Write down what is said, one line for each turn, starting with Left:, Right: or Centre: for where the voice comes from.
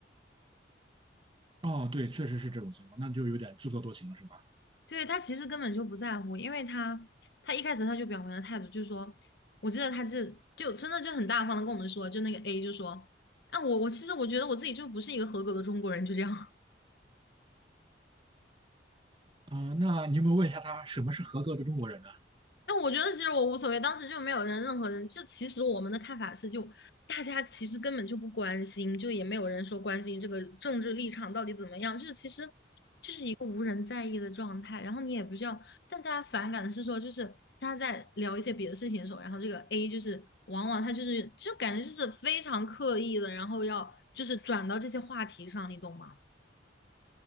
Right: 哦，对，确实是这种情况，那就有点自作多情了，是吧？
Left: 对，他其实根本就不在乎，因为他他一开始他就表明了态度，就是说，我记得他这就真的就很大方的跟我们说，就那个 A 就说，啊我我其实我觉得我自己就不是一个合格的中国人，就这样，
Right: 啊、那你有没有问一下他什么是合格的中国人呢？
Left: <laughs> 那我觉得其实我无所谓，当时就没有人任何人，就其实我们的看法是就大家其实根本就不关心，就也没有人说关心这个政治立场到底怎么样，就是其实。无人在意的状态，然后你也不需要。但大家反感的是说，就是他在聊一些别的事情的时候，然后这个 A 就是往往他就是就感觉就是非常刻意的，然后要就是转到这些话题上，你懂吗？